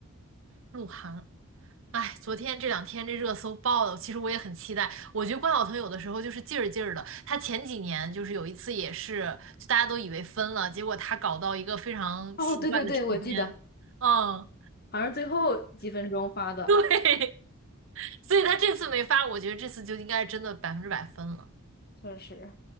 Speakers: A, on the right; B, on the left.
A: 鹿晗。哎，昨天这两天这热搜爆了，其实我也很期待。我觉得关晓彤有的时候就是劲儿劲儿的，她前几年就是有一次也是，就大家都以为分了，结果她搞到一个非常奇怪的时间，
B: 哦，对对对，我记得，
A: 嗯，
B: 好像是最后几分钟发的，
A: 对，<laughs> 所以她这次没发，我觉得这次就应该是真的百分之百分了。
B: 确实，